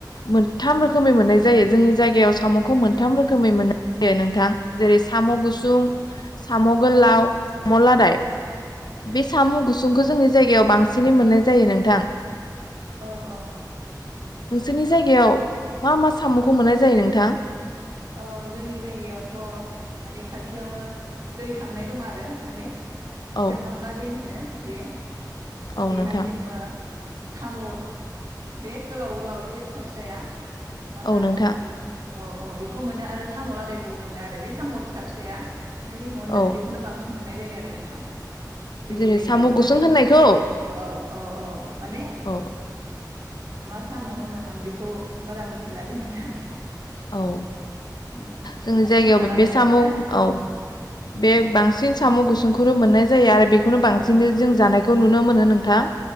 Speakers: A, on the left (about 70°); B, on the right (about 60°).
A: मोनथाम रोखोमै मोननाय जायो जोंनि जायगायाव साम'खौ मोनथाम रोखोमै मोननाय जायो नोंथां जेरै साम' गुसुं साम'गोलाव साम'लादाय बे साम' गुसुंखौ जों जायगायाव बांसिनै मोननाय जायो नोंथां।
B: औ औ
A: नोंसोरनि जायगायाव मा मा साम'खौ मोननाय जायो नोंथां
B: औ जोंनि जायगायावथ' माने खाथियावनो दै थांनाय दं आरो माने
A: औ
B: सेरमांगा दै होनो बे
A: औ
B: बेहाय
A: नोंथां
B: जोङो साम' बे गोलाव गोलाव एसे फिसा फिसाया मा
A: औ
B: सामाव
A: नोंथां
B: होनोन अ अ खौ मोनो आरो साम' लादायखौबो मोनो आरो बे साम' फिसा फिसाया नों जेखौ होनदों
A: औ
B: बेखौनो बांसिन मोननाय जायो आरो नोंथां जोंनि
A: जेरै
B: जायगायावबो
A: साम' गुसुं
B: माने
A: होननायखौ
B: औ औ औ माने
A: औ
B: मा साम होनोमोन बेखौ बारा मोनथिलादे नोंथां
A: औ
B: उम उम ओमफ्राय
A: जोंनि जायगायाव
B: साम' लादाय
A: बे साम'
B: मोनो
A: औ
B: उम
A: बे
B: उम उम
A: बांसिन साम' गुसुंखौनो मोननाय जायो आरो बेखौनो बांसिनै
B: औ
A: जों जानायखौ नुनो मोनो नोंथां